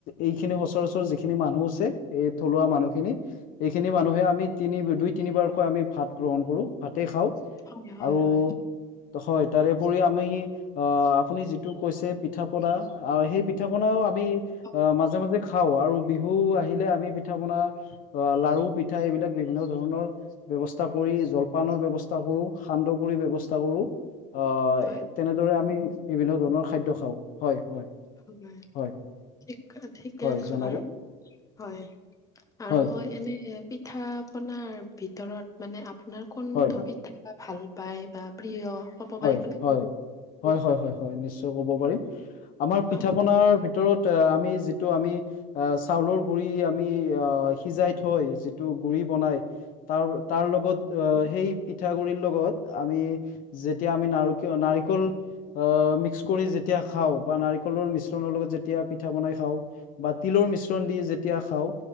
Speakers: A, on the left; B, on the left.
A: এইখিনি সচৰাচৰ যিখিনি মানুহ আছে, এই থলুৱা মানুহ খিনিৰ এইখিনি মানুহে আমি তিনি, দুই তিনিবাৰকৈ আমি ভাত গ্ৰহণ কৰো, ভাতে খাওঁ।
B: হয়, হয়,
A: আৰু
B: হয়।
A: হয়, তাৰেপৰি আমি অহ, আপুনি যিটো কৈছে পিঠা পনা সেই পিঠা পনাও আমি
B: হয়
A: অহ, মাজে মাজে খাওঁ আৰু বিহু আহিলে আমি পিঠা বনা অ' লাৰু পিঠা এইবিলাক বিভিন্ন ধৰণৰ ব্যৱস্থা ক কৰি জলপানৰ ব্যৱস্থা কৰোঁ, সান্দহ গুৰি ব্যৱস্থা কৰোঁ। অহ'
B: হয়
A: এ তেনেদৰে আমি বিভিন্ন ধৰণৰ খাদ্য খাওঁ। হয়, হয়।
B: তোমাৰ।
A: হয়
B: ঠিক অ', ঠিকে
A: হয়
B: আছে
A: জনাব
B: বাৰু। হয়, আৰু
A: হয়
B: এনেই পিঠা-পনাৰ ভিতৰত মানে, আপোনাৰ কোনটো
A: হয়
B: পিঠা বা ভাল পায় বা প্ৰিয়? ক'ব
A: হয়,
B: পাৰিবনে
A: হয়। হয়, হয়, হয়, হয়। নিশ্চয় ক'ব পাৰিম। আমাৰ
B: হা
A: পিঠা-পনাৰ ভি ভিতৰত অ' আমি যিটো আমি অ' চাউলৰ গুৰি আমি অ' সিজাই থৈ যিটো গুৰি বনাই, তাৰ-তাৰ লগত অহ, সেই পিঠা গুৰিৰ লগত আমি যেতিয়া আমি নাৰকিয়, নাৰিকল অহ, মিক্স কৰি যেতিয়া খাওঁ, বা নাৰিকলৰ মিশ্ৰণৰ লগত যেতিয়া পিঠা বনাই খাওঁ। বা তিলৰ মিশ্ৰণ দি যেতিয়া খাওঁ।